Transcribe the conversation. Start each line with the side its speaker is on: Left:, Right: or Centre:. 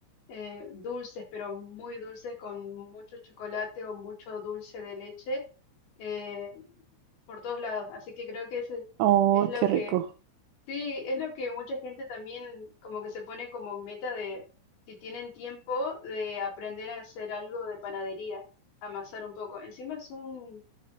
Left: eh, dulces, pero muy dulces, con mucho chocolate o mucho dulce de leche eh, por todos lados. Así que creo que ese
Right: Oh,
Left: es lo
Right: qué
Left: que,
Right: rico.
Left: sí, es lo que mucha gente también como que se pone como meta de, si tienen tiempo, de aprender a hacer algo de panadería, amasar un poco. Encima es un,